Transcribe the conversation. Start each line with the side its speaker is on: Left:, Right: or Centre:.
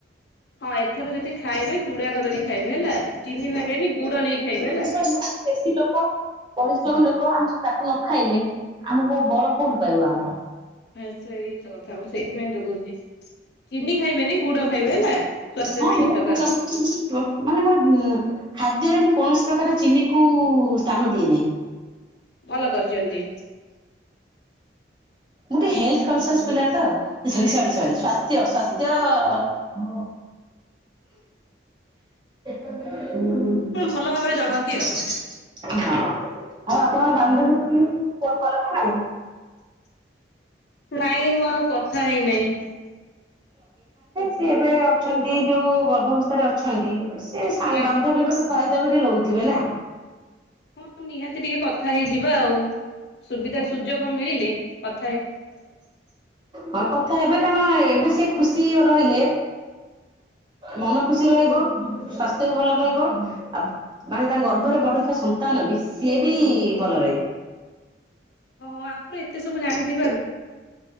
Left: ହଁ ଏଥର ଯଦି ଖାଇବେ ଚୁଡା କଦଳୀ ଖାଇବେ ହେଲା ଚିନି ନେବେନି ଗୁଡ ନେଇ ଖାଇବେ ହେଲା।
Right: ବେଶୀ ଲୋକ ପରିଶ୍ରମ ଲୋ କ ଆମେ ସବୁ ତାକୁ ନ ଖାଇଲେ ଆମକୁ ବଳ କୋଉଠୁ ପାଇବ ଆମର?
Left: ଆଁ ସେଇତ କଥା ମୁଁ ସେଇଥିପାଇଁ ତ କହୁଛି। ଚିନି ଖାଇବେନି ଗୁଡ ଖାଇବେ ହେଲା ସ୍ୱାସ୍ଥ୍ୟ
Right: ହଁ
Left: ପାଇଁ
Right: ମୁଁ
Left: ହିତକାର
Right: ପୁରା ମୁଁ ଚିନି ଡ଼ ମାନେ ମୋ ଉଁ। ଖାଦ୍ୟରେ ମୁଁ କୌଣସି ପ୍ରକାର ଚିନି କୁ ସ୍ଥାନ ଦିଏ ନାହିଁ।
Left: ଭଲ କରିଛନ୍ତି।
Right: ମୁଁ ଟିକେ ହେଲଥ କନ୍ସେସ୍ ପିଲା ତ ସରି ସରି ସରି। ସ୍ୱାସ୍ଥ୍ୟ ସ୍ୱାସ୍ଥ୍ୟ। <inaudible>
Left: ଭଲ ଭାବରେ ଜଗନ୍ତି ଆଉ।
Right: ହଁ ଆଉ ଆପଣ ବାନ୍ଧବୀ କତିକି ଫୋନ୍ କଲେ ନା ନାଇଁ?
Left: ନାଇଁ ମୁଁ ଆଉ କଥା ହେଇନାହିଁ।
Right: ସେ ଏବେ ଅଛନ୍ତି ଯୋଉ ଗର୍ଭାବସ୍ଥାରେ ଅଛନ୍ତି। ସେ ସା
Left: ଆ
Right: ବାନ୍ଧବୀଙ୍କର ଫାଇଦା ବି ଟିକେ ଲଡୁଥିବେ ନା।
Left: ହଁ ନିହାତି ଟିକେ କଥା ହେଇଯିବା ଆଉ। ସୁବିଧା ସୁଯୋଗ ମିଳିଲେ କ
Right: ହଁ କଥା ହେବେ କାଣ ଏ ସେ ଖୁସି ଅ ରହିଲେ ମନ ଖୁସି ରହିବ। ସ୍ୱାସ୍ଥ୍ୟ ବି ଭଲ ରହିବ। ଆଉ ମାନେ ତାଙ୍କ ଗର୍ଭରେ ବଢୁଥିବା ସନ୍ତାନ ଅବି ସିଏ ବି ଭଲ ରହିବେ।
Left: ହଁ ଆପଣ ଏତେ ସବୁ ଜାଣିଥି